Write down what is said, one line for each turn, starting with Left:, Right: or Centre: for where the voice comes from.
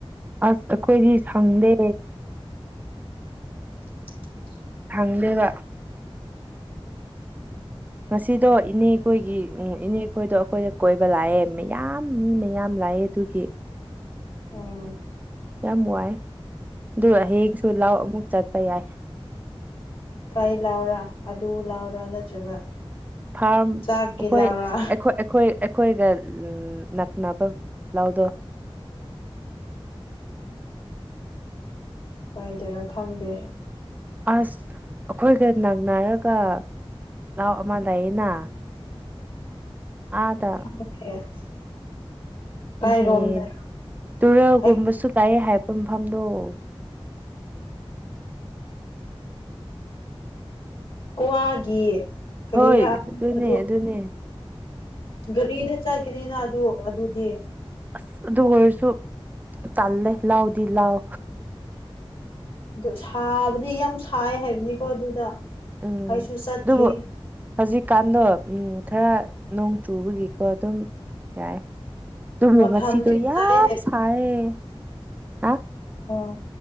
Right: ꯑꯁ ꯑꯩꯈꯣꯏꯗꯤ ꯁꯪꯗꯦ
Left: ꯆ.. ꯆ.. ꯆ.. ꯆꯠ
Right: ꯆꯪꯗꯦꯕ ꯉꯁꯤꯗꯣ ꯏꯅꯦꯈꯣꯏꯒꯤ ꯎꯝ ꯏꯅꯦ ꯑꯩꯈꯣꯏꯗꯣ ꯑꯩꯈꯣꯏꯗ ꯀꯣꯏꯕ ꯂꯥꯛꯑꯦ ꯃꯌꯥꯝ ꯃꯤ ꯃꯌꯥꯝ ꯂꯥꯛꯑꯦ ꯑꯗꯨꯒꯤ
Left: ꯎꯝ
Right: ꯌꯥꯝ ꯋꯥꯏ ꯑꯗꯨ ꯍꯥꯌꯦꯡꯁꯨ ꯂꯥꯎ ꯑꯃꯨꯛ ꯆꯠꯄ ꯌꯥꯏ
Left: ꯀꯥꯏ ꯂꯥꯛꯎꯔ ꯑꯗꯨ ꯂꯥꯎꯔꯥ ꯅꯠꯇ꯭ꯔꯒ
Right: ꯐꯥꯔꯝ
Left: ꯆꯥꯛꯀꯤ
Right: ꯑꯩꯈꯣꯏ
Left: ꯂꯧꯔꯥ
Right: ꯑꯩꯈꯣꯏ ꯑꯩꯈꯣꯏ ꯑꯩꯈꯣꯏꯒ ꯅꯛꯅꯕ ꯂꯧꯗꯣ
Left: <inaudible> ꯀꯥꯏꯗꯔ ꯈꯪꯗꯦ
Right: ꯑꯁ ꯑꯩꯈꯣꯏꯒ ꯅꯛꯅꯔꯒ ꯂꯥꯎ ꯑꯃ ꯂꯩꯌꯦꯅ ꯑꯥꯗ
Left: ꯈꯪꯗꯦ ꯀꯥꯏꯔꯣꯝꯗꯔ
Right: ꯏꯍꯦ ꯇꯨꯔꯦꯜꯒꯨꯝꯕꯁꯨ
Left: ꯑꯩ
Right: ꯂꯩꯌꯦ ꯍꯥꯏꯔꯛꯄ ꯃꯐꯝꯗꯣ <inaudible>
Left: ꯀꯥꯋꯥꯒꯤ ꯀꯔꯤꯔ
Right: ꯍꯣꯏ ꯑꯗꯨꯅꯦ
Left: ꯑꯗꯨ
Right: ꯑꯗꯨꯅꯦ
Left: ꯒꯥꯔꯤꯗ ꯆꯠ ꯀꯅꯤꯅ ꯑꯗꯨ ꯑꯗꯨꯗꯤ
Right: ꯑꯁ ꯑꯗꯨ ꯑꯣꯏꯔꯁꯨ ꯇꯜꯂꯦ ꯂꯥꯎꯗꯤ ꯂꯥꯎ
Left: ꯑꯗꯣ ꯁꯥꯕꯗꯤ ꯌꯥꯝ ꯁꯥꯏ ꯍꯥꯏꯕꯅꯤꯀꯣ ꯑꯗꯨꯗ
Right: ꯎꯝ
Left: ꯑꯩꯥꯁꯨ ꯆꯠꯇ꯭ꯔꯤ
Right: ꯑꯗꯨꯕꯨ ꯍꯧꯖꯤꯛꯀꯥꯟꯗꯣ ꯎꯝ ꯈꯔ ꯅꯣꯡ ꯆꯨꯕꯒꯤꯀꯣ ꯑꯗꯨꯝ ꯌꯥꯏ ꯑꯗꯨꯕꯨ
Left: ꯃꯐꯝꯗꯤ
Right: ꯉꯁꯤꯗꯣ
Left: ꯐꯖꯩ
Right: ꯌꯥꯝ ꯁꯥꯏꯌꯦ ꯍꯥ
Left: ꯑꯣ